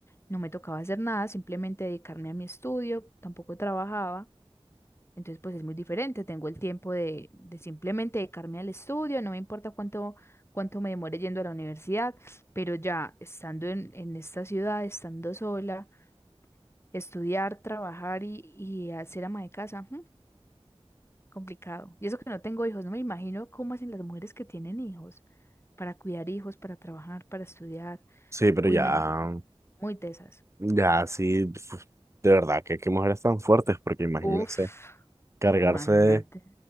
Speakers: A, on the left (about 25°); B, on the right (about 25°).
A: no me tocaba hacer nada, simplemente dedicarme a mi estudio, tampoco trabajaba, entonces pues es muy diferente, tengo el tiempo de, de simplemente dedicarme al estudio, no me importa cuánto, cuánto me demore yendo a la universidad, pero ya estando en, en esta ciudad, estando sola, estudiar, trabajar y, y hacer ama de casa, Complicado. Y eso que no tengo hijos, no me imagino cómo hacen las mujeres que tienen hijos para cuidar hijos, para trabajar, para estudiar.
B: Sí, pero
A: Uy,
B: ya,
A: no, muy tesas.
B: ya, sí, uf, de verdad, que qué mujeres tan fuertes, porque imagínense,
A: Uf,
B: cargarse
A: imagínate.
B: de